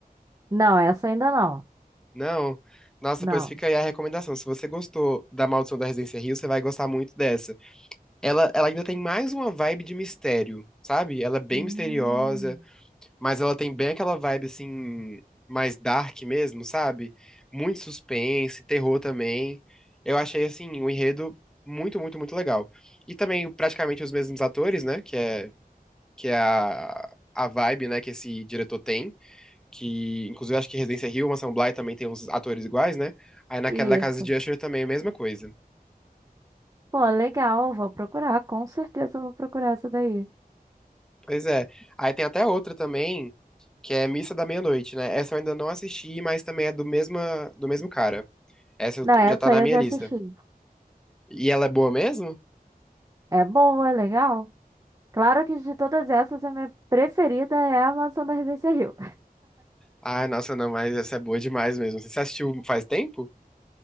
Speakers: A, on the right (about 20°); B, in the centre.
A: Não, essa ainda não.
B: Não. Nossa,
A: Não.
B: pois fica aí a recomendação. Se você gostou da Maldição da Residência Rio, você vai gostar muito dessa. Ela, ela ainda tem mais uma vibe de mistério, sabe? Ela é bem
A: Hum.
B: misteriosa. mas ela tem bem aquela vibe assim, mais dark mesmo, sabe? Muito suspense, terror também. Eu achei assim, o enredo muito, muito, muito legal. E também praticamente os mesmos atores, né? Que é, que é a, a vibe, né, que esse diretor tem. Que, inclusive, acho que Residência Hill, Mansão Bly também tem uns atores iguais, né? Aí na
A: Isso.
B: Queda da Casa de Usher também é a mesma coisa.
A: Pô, legal, vou procurar, com certeza eu vou procurar essa daí.
B: Pois é. Aí tem até outra também, que é Missa da Meia-Noite, né? Essa eu ainda não assisti, mas também é do mesma, do mesmo cara. Essa eu
A: Não,
B: t-
A: essa
B: já tá na
A: aí
B: minha
A: eu já
B: lista.
A: assisti.
B: E ela é boa mesmo?
A: É boa, é legal. Claro que de todas essas, a minha preferida é a Mansão da Residência Rio.
B: Ah, nossa, não, mas essa é boa demais mesmo. Você assistiu faz tempo?